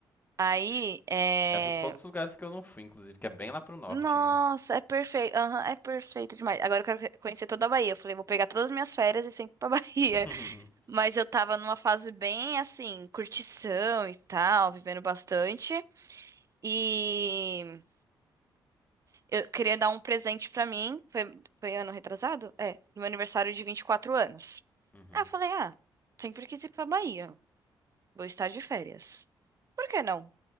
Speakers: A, on the right (about 35°); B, on the left (about 20°).
A: Aí, é.
B: É dos poucos lugares que eu não fui, inclusive, que é bem lá pro norte,
A: Nossa,
B: né?
A: é perfeito. Aham, é perfeito demais. Agora eu quero que- conhecer toda a Bahia. Eu falei, vou pegar todas as minhas férias e sempre pra <laughs> Bahia.
B: <laughs>
A: Mas eu tava numa fase bem assim, curtição e tal, vivendo bastante. E. Eu queria dar um presente pra mim. Foi, foi ano retrasado? É, no meu aniversário de 24 anos.
B: Uhum,
A: Aí eu falei, ah, sempre quis ir pra Bahia. Vou estar de férias. Por que não?